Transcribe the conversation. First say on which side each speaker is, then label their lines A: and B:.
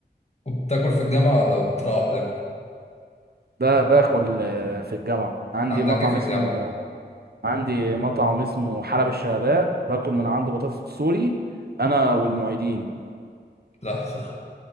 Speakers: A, on the left; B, on the right.
A: وبتاكل في الجامعة ولا بتروح بتاكل
B: ده باكل آه، في الجامعه عندي
A: عندك
B: مطعم
A: ايه في الجامعة
B: اسمه عندي مطعم اسمه حلب الشهباء باكل من عنده بطاطس سوري انا والمعيدين
A: لحظة